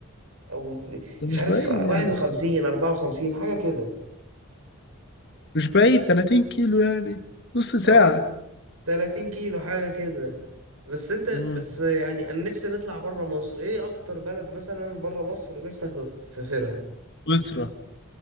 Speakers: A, on the right (about 80°); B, on the left (about 50°).
A: او اتن-
B: ده مش
A: مش عارف
B: بعيد
A: 51
B: يعني
A: 54 حاجة كده
B: مش بعيد 30 كيلو يعني نص ساعة
A: اه 30 كيلو حاجة كده بس انت بس
B: امم
A: يعني انا نفسي نطلع بره مصر ايه اكتر بلد مثلا بره مصر نفسك تسافرها
B: أسرة